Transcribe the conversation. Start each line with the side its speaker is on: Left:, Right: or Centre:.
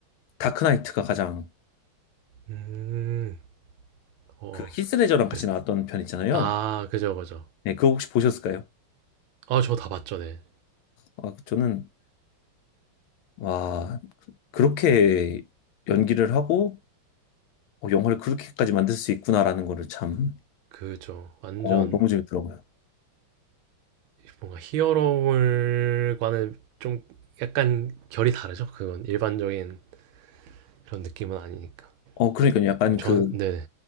Left: 다크나이트가 가장,
Right: 음. 어.
Left: 그 히스레저랑 같이
Right: 그
Left: 나왔던 편 있잖아요.
Right: 아 그죠, 그죠.
Left: 네, 그거 혹시 보셨을까요?
Right: 아 저 다 봤죠. 네.
Left: 아, 저는, 와, 그렇게 연기를 하고, 어, 영화를 그렇게까지 만들 수 있구나라는 거를 참,
Right: 그죠. 완전
Left: 어, 너무 재밌더라고요.
Right: 뭔가 히어로물과는 좀 약간 결이 다르죠. 그건 일반적인 그런 느낌은 아니니까.
Left: 어, 그러니까요. 약간
Right: 이거 전
Left: 그
Right: 네.